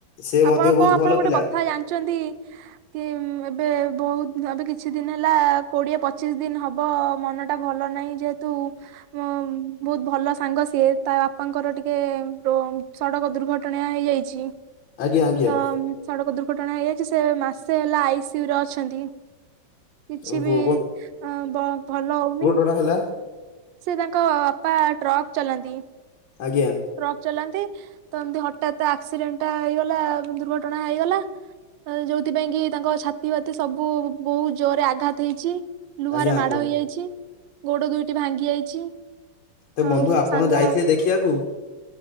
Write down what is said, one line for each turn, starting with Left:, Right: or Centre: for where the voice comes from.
Left: ସେ ମଧ୍ୟ
Right: ଆପଣ
Left: ବହୁତ
Right: କଣ ଆପଣ
Left: ଭଲ
Right: ଗୋଟେ
Left: ପିଲା
Right: କଥା ଜାଣିଛନ୍ତି କି ଏବେ ବହୁତ ଏବେ କିଛି ଦିନ ହେଲା କୋଡିଏ ପଚିଶ ଦିନ ହବ ମନ ଟା ଭଲ ନାହିଁ ଯେହେତ ତୁ ମ ଉଁ ବହୁତ ଭଲ ସାଙ୍ଗ ସିଏ ତା ବାପାଙ୍କର ଟିକେ ସଡ଼କ ଦୁର୍ଘଟଣା ହେଇଯାଇଛି
Left: ଆଜ୍ଞା ଆଜ୍ଞା
Right: ତ ସଡ଼କ ଦୁର୍ଘଟଣା ହେଇଯାଇଛି ସେ ମାସେ ହେଲା ଆଇସିୟୁରେ ଅଛନ୍ତି କିଛି
Left: ଓହୋ
Right: ବି ଅ ଭଲ ହଉନି
Left: କଣ ହେଲା
Right: ସେ ତାଙ୍କ ବାପା ଟ୍ରକ୍ ଚଲାନ୍ତି
Left: ଆଜ୍ଞା
Right: ଟ୍ରକ୍ ଚଲାନ୍ତି ତ ଏମତି ହଠାତ ଆକ୍ସିଡେଣ୍ଟ ଟା ହେଇଗଲା ଦୁର୍ଘଟଣା ହେଇଗଲା। ଯୋଉଥିପାଇଁ କି ତାଙ୍କ ଛାତି ବାତି ସବୁ ବହୁତ ଜୋରରେ ଆଘାତ ହେଇଛି। ଲୁହାରେ
Left: ଆଜ୍ଞା
Right: ମାଡ଼
Left: ଆଜ୍ଞା
Right: ହୋଇଯାଇଛି ଗୋଡ଼ ଦୁଇଟି ଭାଙ୍ଗି ଯାଇଛି
Left: ତ
Right: ଆଉ
Left: ବନ୍ଧୁ
Right: ମୋ
Left: ଆପଣ
Right: ସାଙ୍ଗ
Left: ଯାଇଥିଲେ ଦେଖିବାକୁ